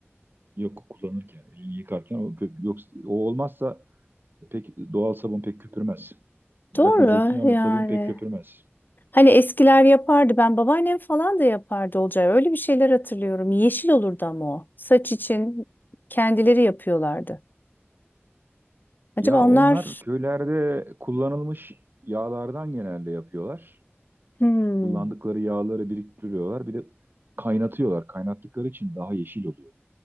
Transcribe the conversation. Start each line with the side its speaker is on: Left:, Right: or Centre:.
Right: Yok kullanırken, elini yıkarken o, köp- yoksa, o olmazsa pek doğal sabun pek köpürmez. Zaten
Left: Doğru
Right: zeytinyağlı
Left: yani.
Right: sabun pek köpürmez.
Left: Hani eskiler yapardı. Ben babaannem falan da yapardı olacağı. Öyle bir şeyler hatırlıyorum. Yeşil olurdu ama o. Saç için kendileri yapıyorlardı. Acaba
Right: Ya
Left: onlar...
Right: onlar köylerde kullanılmış yağlardan genelde yapıyorlar.
Left: Hmm,
Right: Kullandıkları yağları biriktiriyorlar. Bir de kaynatıyorlar. Kaynattıkları için daha yeşil oluyor.